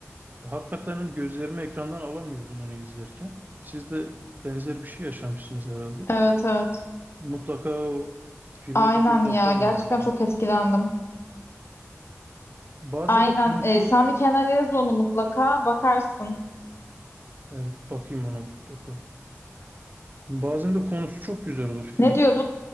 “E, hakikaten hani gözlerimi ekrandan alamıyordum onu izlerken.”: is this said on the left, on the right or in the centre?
Right